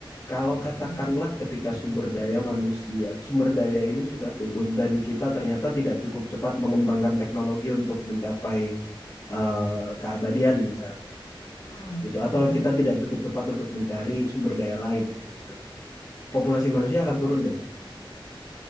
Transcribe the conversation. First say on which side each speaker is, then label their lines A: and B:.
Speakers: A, on the left (about 35°); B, on the left (about 80°).
A: kalau katakanlah
B: hmm,
A: ketika sumber daya manusia, sumber daya ini sudah turun dan kita ternyata tidak cukup cepat mengembangkan teknologi untuk mencapai eh, keabadian misalnya,
B: hmm,
A: gitu. Atau
B: hmm.
A: kita tidak cukup cepat untuk mencari sumber daya lain. gitu. Populasi manusia akan turun dong,